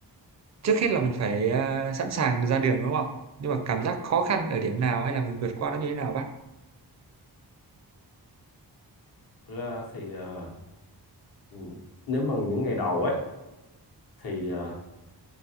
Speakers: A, on the right; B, on the left.
A: trước hết là mình phải à, sẵn sàng ra đường đúng không nhưng mà cảm giác khó khăn ở điểm nào hay là mình vượt qua nó như thế nào bác
B: Thực ra thì à, Ừ, nếu mà những ngày đầu ấy thì ờ,